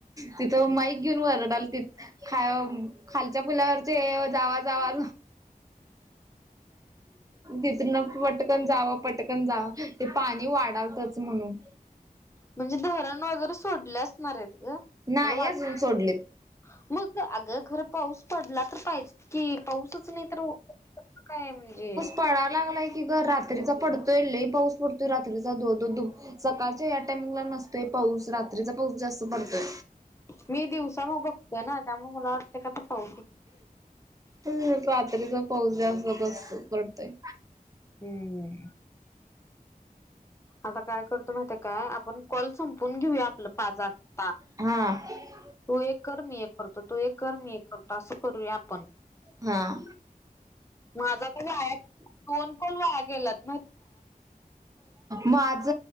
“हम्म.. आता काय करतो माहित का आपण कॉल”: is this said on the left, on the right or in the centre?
Left